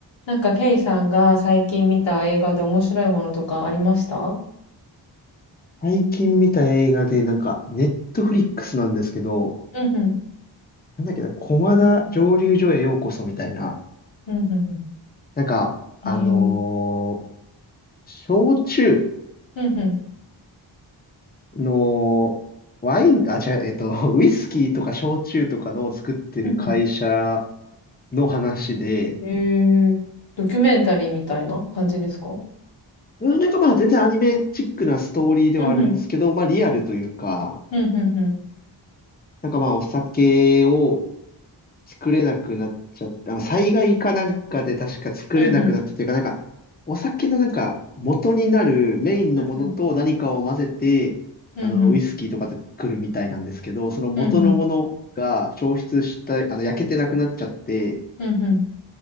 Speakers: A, on the left (about 90°); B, on the left (about 20°).
A: なんか、ケイさんが最近見た映画で面白いものとかありました
B: 最近見た映画で、なんか、ネットフリックスなんですけど、
A: うんうん。
B: なんだっけな、駒田蒸留所へようこそみたいな、
A: うんうんうん。
B: なんか、
A: へえ。
B: あのー焼酎
A: うんうん。
B: の、ワイン、あ、違う、えっと、<laughs> ウイスキーとか焼酎とかの作ってる会社
A: うんうん。
B: の話で、
A: へえ。ドキュメンタリーみたいな感じですか
B: うん、なんかまあ全然アニメチックなストーリーではあるんですけど、
A: うんうん。
B: まあリアルというか、
A: うんうんうん。
B: なんかまあお酒を作れなくなっちゃって、あの、災害かなんかで確か作れなくなったというか、
A: うんうん。
B: なんか、お酒のなんか、元になるメインのものと何かを混ぜて、
A: うんうん。うんうん。
B: あの、ウイスキーとかで作るみたいなんですけど、その元のものが消失した、
A: うんうん。
B: あの、焼けてなくなっちゃって、
A: うん